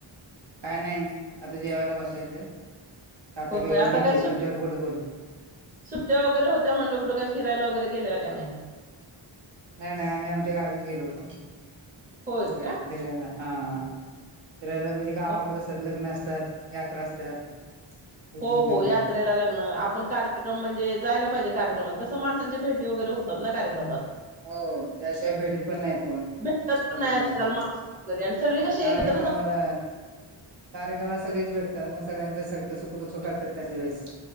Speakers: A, on the right; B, on the right.
A: काय नाही आता जेवायला बसायचंय. ताट
B: हो
A: घे
B: आता
A: घेते
B: काय सुट
A: तुमच्यावर बोलत बोलत
B: सुट्ट्या वगैरे होत्या, म्हणलं कुठं काय फिरायला वगैरे गेलेला? कनइ
A: नाही नाही आम्ही आमच्या गावीच गेलो होतो,
B: होय
A: असं
B: का
A: फिरायला. हा हा फिरायला म्हणजे गावाकडे
B: हो
A: असतात लग्न असतात, यात्रा असतात. त्याच
B: हो
A: उद्योग
B: हो यात्रेला लग्न आपण कार्यक्रम म्हणजे जायला पाहिजे कार्यक्रमात कसं माणसांच्या भेटी वगैरे होतात, ना कार्यक्रमात.
A: हो त्याशिवाय भेटत पण नाही कोण
B: भेटत पण
A: वर्षानुवर्ष.
B: नाही आजकाल माणस वगैरे आणि सगळे कसे
A: कार्यक्रमाला
B: एकत्र जात
A: कार्यक्रमाला सगळीच भेटतात. ग सगळ्यांच सारखं सुख दुःख काढतात त्याच्या वेळेस